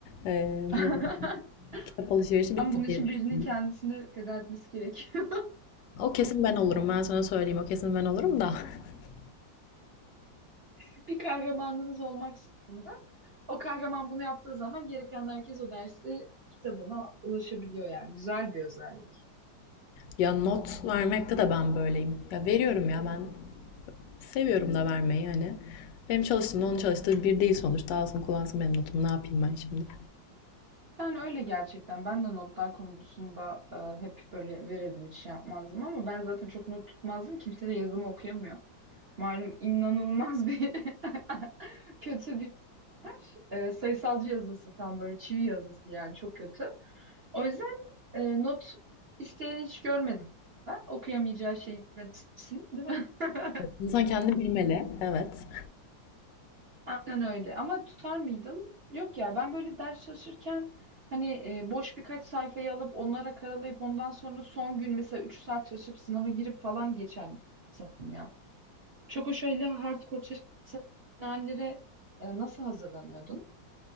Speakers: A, on the left; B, on the right.
A: E, bu
B: <laughs>
A: dönem kitap alışverişi bitti
B: Ama bunun için
A: diye düşünüyorum.
B: birinin kendisini feda etmesi gerekiyor.
A: O kesin ben olurum ben sana söyleyeyim o kesin ben olurum da. <laughs>
B: <laughs> Bir kahramanınız olmak zorunda. O kahraman bunu yaptığı zaman geri kalan herkes o dersi kitabına ulaşabiliyor yani. Güzel bir özellik.
A: Ya not vermekte de ben böyleyim. Ya veriyorum ya ben seviyorum da vermeyi hani. Benim çalıştığımda onun çalıştığı bir değil sonuçta alsın kullansın benim notumu ne yapayım ben şimdi.
B: Yani öyle gerçekten. Ben de notlar konusunda e, hep böyle verirdim hiç şey yapmazdım ama ben zaten çok not tutmazdım. Kimse de yazımı okuyamıyor. Malum inanılmaz bir <laughs> kötü bir e, sayısalcı yazısı tam böyle çivi yazısı yani çok kötü. O yüzden e, not isteyen hiç görmedim. ben. Okuyamayacağı şeyden istesin, değil mi? <laughs>
A: İnsan kendini bilmeli evet.
B: Aynen öyle. Ama tutar mıydım? Yok ya ben böyle ders çalışırken hani e, boş birkaç sayfayı alıp onlara karalayıp ondan sonra son gün mesela 3 saat çalışıp sınava girip falan geçen insanım ya. Çok o şöyle hardcore çalışan hallere e, nasıl hazırlanıyordun?